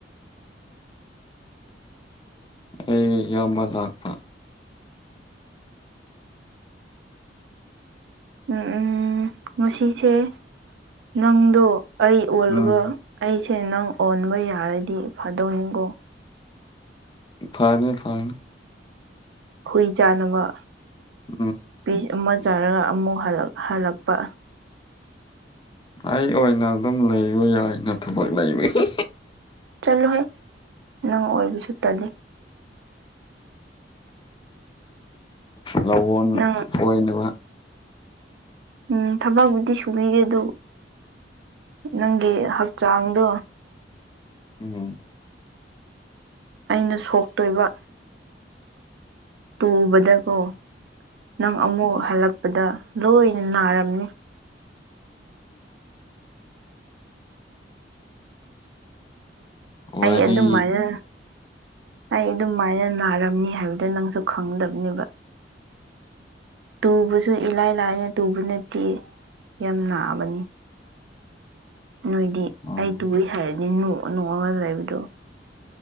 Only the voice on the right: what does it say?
ꯎꯝ ꯎꯝ ꯉꯁꯤꯁꯦ ꯅꯪꯗꯣ ꯑꯩ ꯑꯣꯜꯂꯒ
ꯑꯩꯁꯦ ꯅꯪ ꯑꯣꯟꯕ ꯌꯥꯔꯗꯤ ꯐꯥꯗꯧꯅꯤꯀꯣ
ꯍꯨꯏ ꯆꯥꯅꯕ
ꯄꯤ ꯑꯃ ꯆꯥꯔꯒ ꯑꯃꯨꯛ ꯍꯜꯂꯛ ꯍꯜꯂꯛꯄ
ꯆꯠꯂꯨꯍꯩ ꯅꯪ ꯑꯣꯏꯕꯁꯨ ꯇꯜꯂꯤ
ꯅꯪ
ꯎꯝ ꯊꯕꯛꯕꯨꯨꯗꯤ ꯁꯨꯕꯤꯔꯦ ꯗꯨ ꯅꯪꯒꯤ ꯍꯛꯆꯥꯡꯗꯣ
ꯑꯩꯅ ꯁꯣꯛꯇꯣꯏꯕ ꯇꯨꯕꯗ ꯀꯣ ꯅꯪ ꯑꯃꯨꯛ ꯍꯜꯂꯛꯄꯗ ꯂꯣꯏꯅ ꯅꯥꯔꯝꯅꯤ
ꯑꯩ ꯑꯗꯨꯝ ꯃꯥꯏꯅ ꯑꯩ ꯑꯗꯨꯃꯥꯏꯅ ꯅꯥꯔꯝꯅꯤ ꯍꯥꯏꯕꯗꯣ ꯅꯪꯁꯨ ꯈꯪꯒꯗꯕꯅꯦꯕ ꯇꯨꯕꯁꯨ ꯏꯂꯥꯏ ꯂꯥꯏꯅ ꯇꯨꯕ ꯅꯠꯇꯤꯌꯦ ꯌꯥꯝ ꯅꯥꯕꯅꯤ ꯅꯣꯏꯗꯤ
ꯑꯩ ꯇꯨꯏ ꯍꯥꯏꯔꯗꯤ ꯅꯣꯡꯑ ꯅꯣꯡꯑꯒ ꯂꯩꯕꯗꯣ